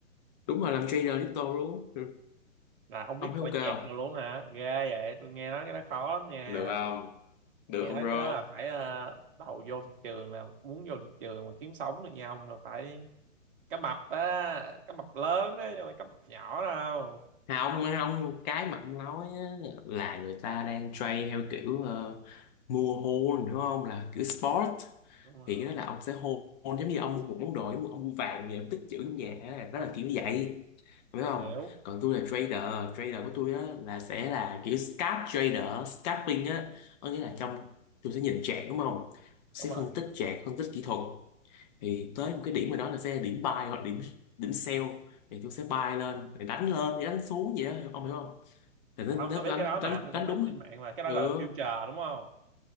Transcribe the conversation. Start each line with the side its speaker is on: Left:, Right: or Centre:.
Left: đúng rồi làm trader crypto luôn. Ừ.
Right: là ông
Left: Ông
Right: biết
Left: thấy
Right: coi chạc
Left: ok không?
Right: rồi luôn hả ghê vậy tôi nghe nói cái đó khó lắm nha
Left: Được không? Được
Right: nghe
Left: không
Right: nói
Left: bro?
Right: cái đó là phải ờ, đầu vô thị trường là muốn vô thị trường mà kiếm sống được nha ông là phải cá mập á cá mập lớn á chứ không phải cá mập nhỏ đâu
Left: À, ông, ông cái mà ông nói á, là người ta đang trade theo kiểu ờ, mua hold đúng không? Là kiểu sport.
Right: đúng rồi
Left: Thì cái đó là ông sẽ hold giống như ông mua một món đồ, ông mua ông mua vàng vậy ông tích trữ trong nhà. đó là kiểu như vậy. Biết không?
Right: hiểu
Left: Còn tôi là trader. Trader của tôi á, là sẽ là kiểu scalp trader. Scalping á. Có nghĩa là trong tôi sẽ nhìn chart đúng không? Sẽ
Right: đúng rồi
Left: phân tích chart, phân tích kỹ thuật thì tới một cái điểm rồi đó là sẽ điểm buy hoặc điểm điểm sell thì tôi sẽ buy lên rồi đánh lên đánh xuống vậy đó ông hiểu không thì nó, nó
Right: không tôi biết
Left: đánh
Right: cái đó mà
Left: đánh
Right: tôi
Left: đánh
Right: cũng thấy
Left: đúng
Right: trên mạng mà cái đó
Left: ừ
Right: gọi là future đúng không